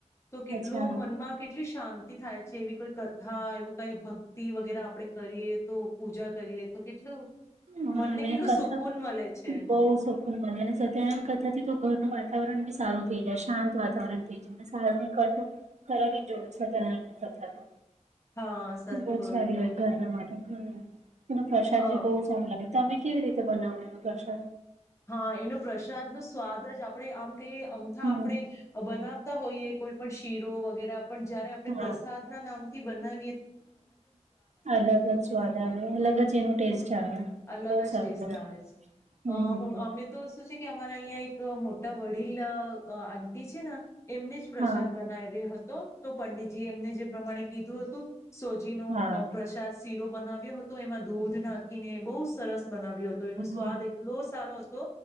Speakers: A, on the left; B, on the right.
A: તો કેટલું
B: અચ્છા
A: મનમાં કેટલી. શાંતિ થાય છે એવી કોઈ કથા એવું કઈ ભક્તિ વગેરે આપડણે કરીએ તો. પૂજા કરીએ તો કેટલું.
B: હ
A: મનને
B: અને
A: કેટલું
B: કથા
A: સુકૂન મળે છે
B: બહ સકૂન બને અને સત્યણ કથા થી તો ઘરનું વા. વાતાવરણ બી સારું થઈ જાય શાંત વાતાવરણ થઈ જાય અને સારામાં એક વા કરાવી જ જોએ સાતાવણ ની કથા તો.
A: હા સાચું
B: બહ
A: કરું
B: સારી
A: છું
B: હોય ઘરના માટે હમ. મને પ્રસાદબી
A: અ
B: બઉ સારો લાગે તમે કેવી રીતે બનાવો એનો પ્રસાદ
A: હા એનો પ્રસાદ નો સ્વાદ જ આપણે આમ કયે અમથા
B: હમ
A: આપડે બનાવ બનાવતા હોઈયએ કોઈ પણ શીરો વગેરા પણ જયારે આપણે
B: હા
A: પ્રસાદ ના નામ થી બનાય
B: અલગ જ સ્વાદ આવ્યો અલગ જ એનું ટેસ્ટ આવે.
A: અલગ
B: બહુ
A: જ
B: સારું
A: ટેસ્ટ આવે છે.
B: હમ
A: હમમ હું અમે તો શું છે કે અમારા અહિયાં એક મોટા વડીલ અ આંટી છે ને એમને જ પ્રસાદ
B: હા
A: બનાવ્યો હત- તો તો પંડિતજી એમને જે પ્રમાણે કીધું હતું. સોજીનો
B: હા
A: અ પ્રસાદ શીરો બનાવ્યો હતો એમાં દૂધ નાખીને બોસ સરસ બનાવ્યો હતો એનો સ્વાદ
B: હા
A: એટલો સારો હતો